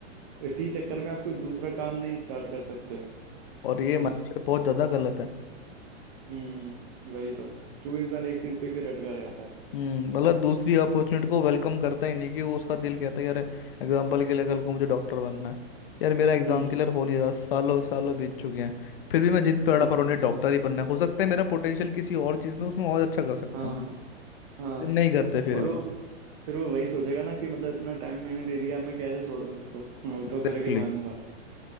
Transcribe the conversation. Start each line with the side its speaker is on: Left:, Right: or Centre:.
Right: इसी चक्कर में आप कोई दूसरा काम नहीं स्टार्ट कर सकते
Left: और ये
Right: है
Left: माइंडसेट
Right: ना
Left: बहुत ज़्यादा गलत है
Right: हम्म वही तो क्योंकि इंसान एक चीज पे ही फिर अटका रह जाता है
Left: हम्म मतलब दूसरी अपॉर्चुनिटी को वेलकम करता ही नहीं कि वो उसका दिल कहता है यार एग्जाम्पल के लिए कल को मुझे डॉक्टर बनना है यार मेरा एग्जाम
Right: हम्म
Left: क्लियर हो नहीं रहा सालों सालों बीत चुके हैं फिर भी मैं जिद पे अड़ा
Right: हम्म,
Left: पर उन्हें डॉक्टर ही बनना है हो सकता है मेरा पोटेंशियल किसी और चीज़ में उसमें और अच्छा कर सकता
Right: हाँ
Left: हूँ लेकिन
Right: हाँ
Left: नहीं करते फिर
Right: और
Left: भी
Right: वो फिर वो वही सोचेगा ना कि मतलब इतना टाइम मैंने दे दिया मैं कैसे छोड़ दूं इसको <laughs> अब
Left: Exactly
Right: तो करके मानूंगा